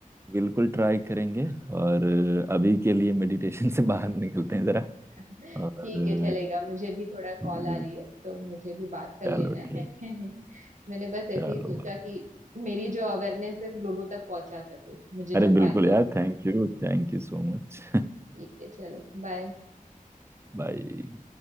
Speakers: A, on the right; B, on the right.
A: बिल्कुल ट्राई करेंगे और
B: <laughs>
A: अभी के लिए मेडिटेशन से बाहर निकलते हैं जरा
B: ठीक
A: और
B: है चलेगा मुझे भी थोड़ा कॉल
A: जी,
B: आ रही है तो मुझे भी बात कर
A: चलो
B: लेना
A: ठीक
B: है <laughs> मैंने बस ऐसे
A: चलो
B: ही सोचा
A: भाई
B: कि मेरी जो अवेयरनेस है लोगों तक पहुंचा सकूं मुझे जो
A: अरे बिल्कुल
B: फायदा
A: यार
B: हो
A: थैंक यू थैंक यू सो मच
B: ठीक है चलो बाय
A: <laughs> भाई